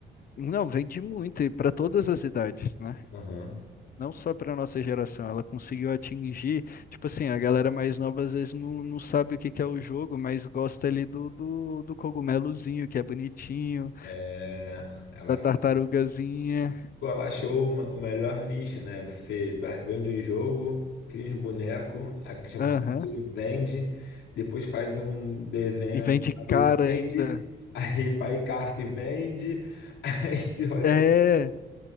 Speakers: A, on the left; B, on the left.
A: Não, vende muito, e para todas as idades, né?
B: Aham.
A: Não só para nossa geração. Ela conseguiu atingir. Tipo assim, a galera mais nova às vezes não, não sabe o que que é o jogo, mas gosta ali do, do, do cogumelozinho, que é bonitinho,
B: É, ela.
A: da tartarugazinha.
B: tu achou o ma- o melhor nicho, né? Você vai- vende o jogo, cria um boneco, action
A: Aham.
B: figure, vende, depois faz um desenho
A: E
B: animado
A: vende caro
B: e vende,
A: ainda.
B: <laughs> aí faz carta e vende, <laughs> aí tipo assim,
A: É.